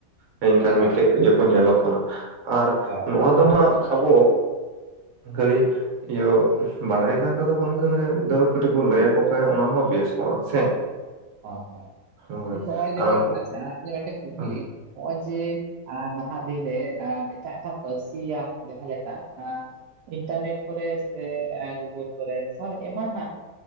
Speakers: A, on the right (about 55°); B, on the right (about 75°).
A: ᱦᱳᱭ ᱮᱱᱠᱷᱟᱱ
B: ᱮᱠᱟᱞ
A: ᱢᱤᱫᱴᱮᱡ
B: ᱮᱠᱟᱞ
A: ᱤᱭᱟᱹᱠᱚ ᱧᱮᱞᱚᱜ ᱠᱟᱱᱟ ᱟᱨ
B: ᱦᱳᱭ
A: ᱱᱚᱣᱟ ᱫᱚ ᱦᱟᱸᱜ ᱟᱵᱚ ᱠᱷᱟᱹᱞᱤ ᱤᱭᱟᱹ ᱵᱟᱲᱟᱭ ᱠᱟ ᱠᱚᱫᱚ ᱵᱟᱝ ᱠᱟᱱᱟ ᱫᱚ ᱠᱟᱹᱴᱤᱡ ᱵᱚᱱ ᱞᱟᱹᱭᱟ ᱠᱚᱯᱮ ᱚᱱᱟ ᱦᱚᱸ ᱵᱮᱥ ᱠᱚᱜᱼᱟ ᱥᱮ?
B: ᱦᱚᱭ
A: ᱦᱳᱭ
B: ᱦᱚᱭ <inaudible>
A: ᱠᱟᱨᱚᱱ
B: ᱡᱮᱢᱚᱱ
A: ᱠᱚ
B: ᱟᱪᱷᱟ ᱤᱧᱟᱜ ᱢᱤᱫ ᱴᱮᱡ ᱠᱩᱠᱞᱤ
A: ᱦᱳᱭ
B: ᱦᱚᱸᱼᱚᱭ ᱡᱮ ᱟᱨ ᱱᱟᱦᱟᱜ ᱫᱤᱱᱨᱮ ᱮᱴᱟᱜ ᱮᱴᱟᱜ ᱯᱟᱹᱨᱥᱤᱭᱟᱜ ᱡᱟᱦᱟᱸ ᱞᱮᱠᱟ ᱟᱸ ᱤᱱᱴᱟᱨᱱᱮᱴ ᱠᱚᱨᱮ ᱥᱮ ᱜᱩᱜᱩᱞ ᱠᱚᱨᱮ ᱥᱟᱨ ᱮᱢᱟᱱᱟᱜ